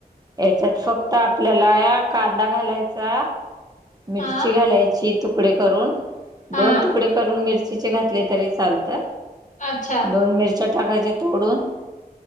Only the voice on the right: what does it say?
याच्यात फक्त आपल्याला या कांदा घालायचा, मिरची
घालायची. तुकडे करून
दोन तुकडे करून मिरचीचे घातले तरी चालत्यात.
दोन मिरच्या टाकायच्या तोडून,